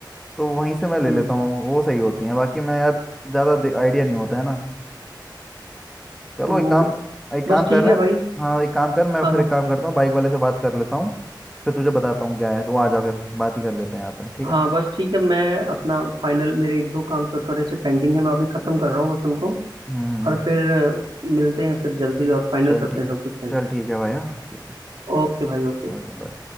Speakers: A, in the centre; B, on the right (about 80°).
A: तो वहीं से मैं ले
B: हम्म
A: लेता हूँ वो सही होती है बाकी मैं यार ज़्यादा आइडिया नहीं होता है ना चलो
B: तो
A: एक काम एक
B: बस
A: काम कर
B: ठीक
A: ले
B: है भाई
A: हाँ एक काम कर मैं
B: हाँ
A: फिर
B: हाँ
A: एक काम करता हूँ बाइक वाले से बात कर लेता हूँ फिर तुझे बताता हूँ क्या है तो आ जा फिर बात ही कर लेते हैं यहाँ पे ठीक है
B: हाँ बस ठीक है मैं अपना फाइनल मेरे एक दो काम छोटे छोटे से पेंडिंग है मैं अभी खत्म कर रहा हूँ बस उनको
A: हम्म
B: और फिर मिलते हैं फिर जल्दी और फाइनल
A: चल
B: करते
A: ठीक
B: हैं सब कुछ भाई
A: चल ठीक है भाई हाँ ठीक है
B: ओके भाई ओके
A: Okay bye